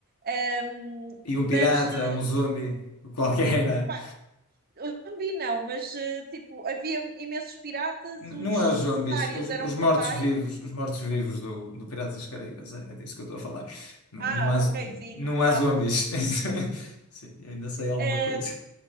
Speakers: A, on the right; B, on the left.
A: Ahm,
B: e um
A: mas,
B: pirata,
A: eh,
B: um zombi, qualquer. era.
A: pá, eu não vi não, mas eh, tipo, havia imensos piratas,
B: N-
A: os
B: Não é os
A: eh,
B: zombies,
A: cenários
B: os,
A: eram
B: os
A: brutais.
B: mortos-vivos, os mortos-vivos do, do Piratas das Caraíbas, é, é disso que eu estou a falar. Não,
A: Ah,
B: não há,
A: ok, sim,
B: não
A: no final.
B: há zombies.
A: <laughs>
B: <laughs> Sim, ainda sei alguma
A: Eh,
B: coisa.